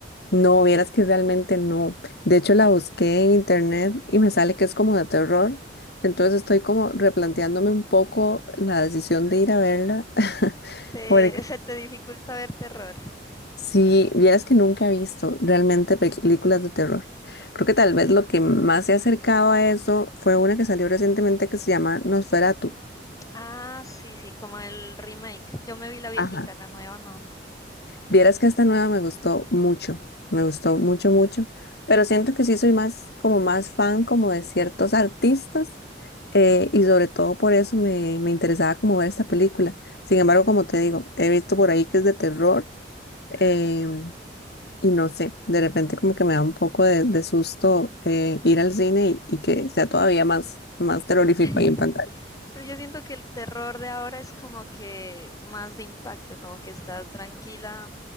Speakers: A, on the left (about 65°); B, on the left (about 20°).
A: No, vieras que realmente no. De hecho, la busqué en internet y me sale que es como de terror. Entonces estoy como replanteándome un poco la decisión de ir a verla. <laughs>
B: ¿Te,
A: Porque
B: <laughs> se te dificulta ver terror?
A: si vieras que nunca he visto realmente películas de terror. Creo que tal vez lo que más se ha acercado a eso fue una que salió recientemente que se llama Nosferatu.
B: Ah, sí, sí, como el remake. Yo me vi la viejita,
A: Ajá.
B: la nueva no.
A: Vieras que esta nueva me gustó mucho, me gustó mucho, mucho, pero siento que sí soy más, como más fan como de ciertos artistas eh, y sobre todo por eso me, me interesaba como ver esta película. Sin embargo, como te digo, he visto por ahí que es de terror eh, y no sé, de repente como que me da un poco de, de susto eh, ir al cine y, y que sea todavía más, más terrorífico
B: <laughs>
A: ahí en pantalla.
B: Pero yo siento que el terror de ahora es como que más de impacto, como que estás tranquila